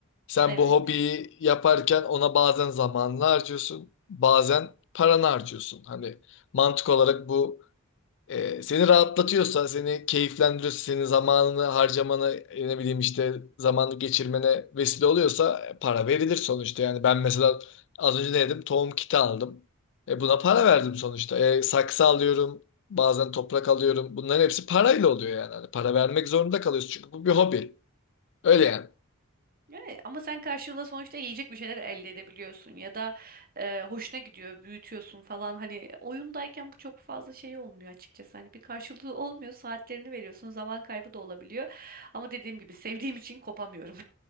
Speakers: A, on the left; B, on the right.
A: Sen
B: Evet.
A: bu hobiyi yaparken ona bazen zamanını harcıyorsun, bazen paranı harcıyorsun. Hani mantık olarak bu Ee, seni rahatlatıyorsa, seni keyiflendiriyorsa, senin zamanını harcamana, e, ne bileyim işte zamanı geçirmene vesile oluyorsa e, para verilir sonuçta. Yani ben mesela az önce ne dedim? Tohum kiti aldım. E, buna para verdim sonuçta. E, saksı alıyorum, bazen toprak alıyorum. Bunların hepsi parayla oluyor yani. Hani para vermek zorunda kalıyorsun çünkü bu bir hobi. Öyle yani.
B: Evet. Ama sen karşılığında sonuçta yiyecek bir şeyler elde edebiliyorsun ya da e, hoşuna gidiyor, büyütüyorsun falan. Hani oyundayken bu çok fazla şey olmuyor açıkçası. Hani bir karşılığı olmuyor, saatlerini veriyorsun, zaman kaybı da olabiliyor. Ama dediğim gibi sevdiğim için kopamıyorum.